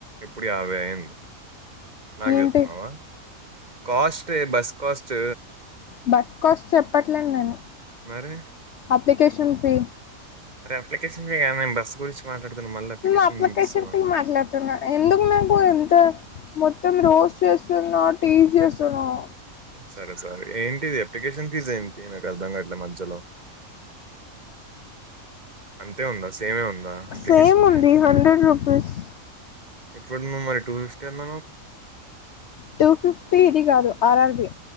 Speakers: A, on the right (about 30°); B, on the left (about 60°).
A: ఇప్పుడు యాభై అయింది నాకు
B: ఏంటి
A: చెప్తున్నావా కాస్టే బస్ కాస్ట్
B: బస్ కాస్ట్ చెప్పట్లేన్ నేను
A: మరి
B: ప్లికేషన్ ఫీ
A: <unintelligible> మాట్లాడుతున్నా మళ్ళీ
B: ను అప్లికేషన్
A: ఇస్తామా
B: ఫీ మట్లాడ్తున్న ఎందుకు నాకు ఇంత మొ మొత్తం రోస్ చేస్తున్నావు టీస్ చేస్తున్నావు
A: సరే సారీ ఏంటిది అప్లికేషన్ ఫీజ్ ఏంటి నక్ అర్ధం కట్లే మధ్యలో అంతే ఉందా స సేమే ఉందా అప్లికేషన్
B: సేమ్
A: ఫీ
B: ఉంది హండ్రెడ్ రూపీస్
A: ఇప్పుడు మరి టూ ఫి <unintelligible>
B: టూ ఫిఫ్టీ ఇది కాదు ఆర్ ఆర్ ఆర్బి